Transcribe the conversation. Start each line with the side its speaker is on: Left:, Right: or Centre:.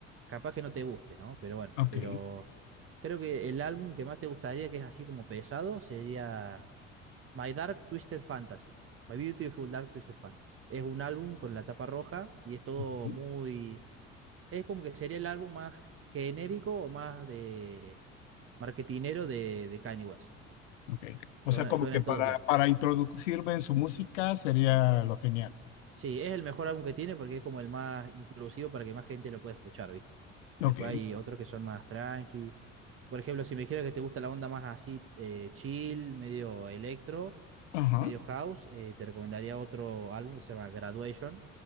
Right: capaz que no te guste, ¿no? Pero bueno,
Left: Ok.
Right: pero creo que el álbum que más te gustaría, que es así como pesado, sería My Dark Twisted Fantasy, My Beautiful Dark Twisted Fantasy. Es un álbum con la tapa roja y es todo
Left: ujú,
Right: muy, es como que sería el álbum más genérico o más de marketinero de, de Kanye West.
Left: Ok.
Right: Suena,
Left: O sea, como
Right: suena
Left: que
Right: en
Left: para,
Right: todos lados.
Left: para introducirme en su música sería lo genial.
Right: Sí, es el mejor álbum que tiene porque es como el más inclusivo para que más gente lo pueda escuchar, ¿viste?
Left: Ok.
Right: Después hay otros que son más tranqui. Por ejemplo, si me dijeras que te gusta la onda más así, eh, chill, medio electro,
Left: Ajá.
Right: medio house, eh, te recomendaría otro álbum que se llama Graduation,